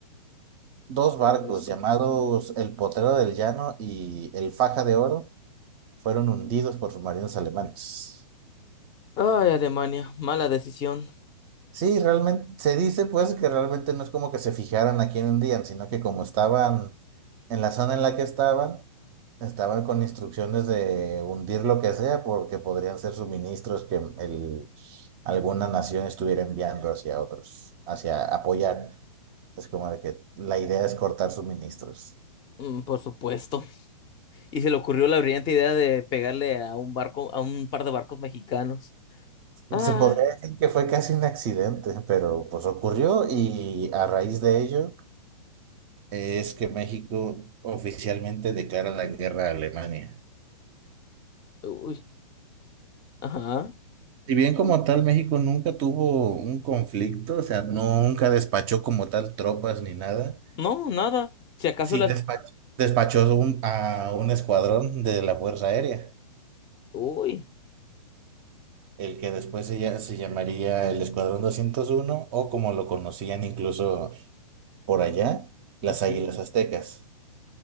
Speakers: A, on the right; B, on the left.
A: Dos
B: Por
A: barcos
B: supuesto.
A: llamados el Potrero del Llano y el Faja de Oro fueron hundidos por submarinos alemanes.
B: Ay, Alemania, mala decisión,
A: Sí, realmente se dice pues que realmente no es como que se fijaran aquí en un día, sino que como estaban en la zona en la que estaban, estaban con instrucciones de hundir lo que sea porque podrían ser suministros que el, alguna nación estuviera enviando hacia otros, hacia apoyar. Es como de que la idea es cortar suministros.
B: Mm, por supuesto. Y se le ocurrió la brillante idea de pegarle a un barco, a un par de barcos mexicanos. Ah,
A: Se podría decir que fue casi un accidente, pero pues ocurrió y a raíz de ello es que México oficialmente declara la guerra a Alemania.
B: uy, ajá.
A: Si bien como tal México nunca tuvo un conflicto, o sea, nunca despachó como tal tropas ni nada,
B: No, nada. Si acaso
A: sí
B: las...
A: despach- despachó un- a un escuadrón de la Fuerza Aérea,
B: Uy.
A: el que después se, lla- se llamaría el Escuadrón doscientos uno o como lo conocían incluso por allá, las
B: ujú.
A: Águilas Aztecas.